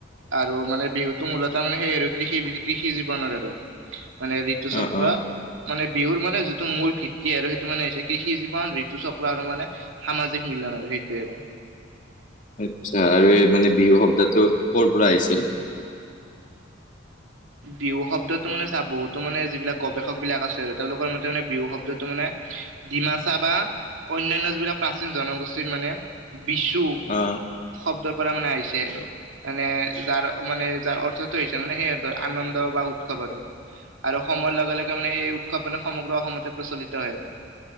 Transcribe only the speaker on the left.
অ অ
আচ্ছা আৰু এই মানে বিহু সব্দাটো কৰ'পৰা আহিছিল?
অ